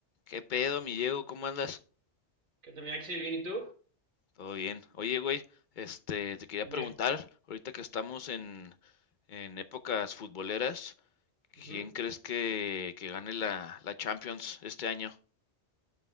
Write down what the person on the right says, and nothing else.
¿Qué tal, mi Axel? ¿Bien y tú?
Bien.
Ujú.